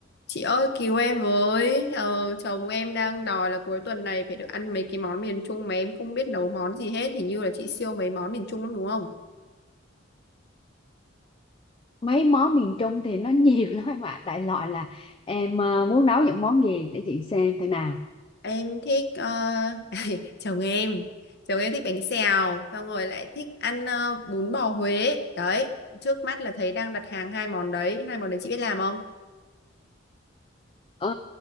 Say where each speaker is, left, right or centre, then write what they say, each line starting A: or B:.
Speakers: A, on the left; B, on the left.
A: Chị ơi cứu em với ờ, chồng em đang đòi là cuối tuần này phải được ăn mấy cái món miền Trung mà em không biết nấu món gì hết hình như là chị siêu mấy món miền Trung lắm đúng không
B: mấy món miền Trung thì nó nhiều <laughs> lắm em ạ đại loại là em ờ, muốn nấu những món gì để chị xem thế nào
A: em thích ờ, <laughs> chồng em chồng em thích bánh xèo xong rồi lại thích ăn ờ, bún bò Huế đấy trước mắt là thấy đang đặt hàng hai món đấy hai món đấy chị biết làm không
B: ờ,